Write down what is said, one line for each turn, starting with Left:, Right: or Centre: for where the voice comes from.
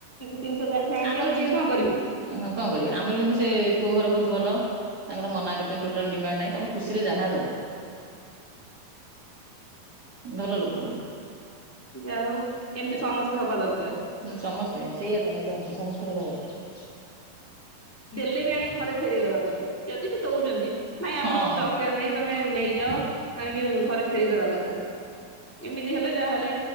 Left: ତିନିଶହ, ଚାରିଶହ ଆଣୁଛନ୍ତି,
Right: ଆମର କିନ୍ତୁ
Left: ସିଏ କଣ କରିଵେ?
Right: ହଁ, କଣ କରିବା? ଆମର କିନ୍ତୁ ସେ ପୁଅ ଘର ବହୁତ ଭଲ। ତାଙ୍କର ମନା କରିଛନ୍ତି, ଟୋଟଲ ଡିମାଣ୍ଡ ନାଇଁ, ତମେ ଖୁସିରେ ଯାହା ଦବ।
Left: <inaudible>
Right: ଭଲ ଲୋକ ବଢ଼ି
Left: ଯାହା ହଉ, ଏମିତି ସମସ୍ତେ ହବା ଦରକାର।
Right: ହୁଁ, ସମସ୍ତେ ସେଇଆ, ତ ମୁଁ ଚାହୁଁଛି, ସମସ୍ତେ ହବା ଦରକାର।
Left: ଦେଲେ ବି ଆଣିକି ଘରେ ଫେରଇଦବା କଥା। ଯଦି ବି ଦଉଛନ୍ତି, ନାଇଁ, ଆମର
Right: ହଁ।
Left: କିଛି ଦର ଦରକାର ନାଇଁ, ତମେ ନେଇଯାଅ, ଆଣିକି ଘରେ ଫେରଇଦବା କଥା। ଏମିତି ହେଲେ ଯାହାହଲେ,